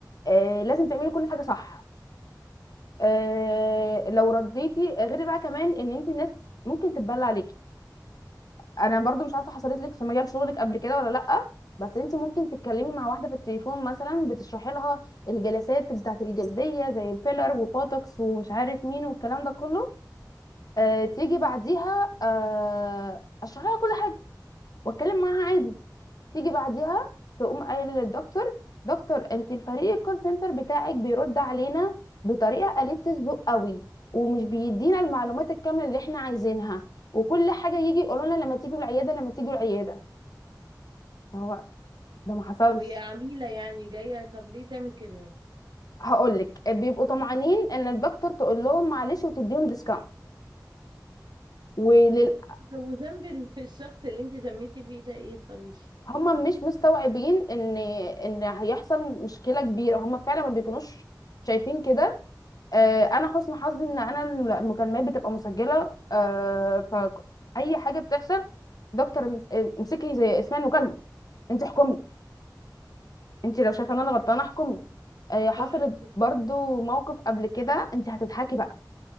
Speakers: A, on the left; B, on the right.
A: آه لازم تعملي كل حاجه صح آه لو رديتي غير بقى كمان ان انت الناس ممكن تتبلى عليكي انا برضو مش عارفه حصلت لك في مجال شغلك قبل كده ولا لا بس انت ممكن تتكلمي مع واحده في التليفون مثلا بتشرحي لها الجلسات بتاعه الجلديه زي الفيلر وبوتوكس ومش عارف مين والكلام ده كله آه تيجي بعديها آه اشرح لها كل حاجه واتكلم معاها عادي تيجي بعديها تقوم قايله للدكتور دكتور انت الفريق الكول سنتر بتاعك بيرد علينا بطريقه قليله الذوق قوي ومش بيدينا المعلومات الكامله اللي احنا عايزينها وكل حاجه يجي يقولوا لنا لما تيجوا العياده لما تيجوا العياده هو ده ما حصلش
B: طب هي عميلة يعني جاية طب ليه تعمل كده يعني
A: هقولك بيبقوا طمعانين ان الدكتور تقول لهم معلش وتديهم ديسكاونت ولل...
B: طب وانت طب وذنب ال- <laughs> الشخص اللي انت ذميتي فيه ده ايه طيب
A: هم مش مستوعبين ان ان هيحصل مشكله كبيره هم فعلا ما بيكونوش شايفين كده آه انا حسن حظي ان انا المكالمات بتبقى مسجله آه فاي حاجه بتحصل دكتور امس- امسكي زي اسمها المكالمه انت احكمي انت لو شايفه
B: بالظبط
A: ان انا غلطانه احكمي آه حصل
B: صح كده
A: برضو موقف قبل كده انت هتضحكي بقى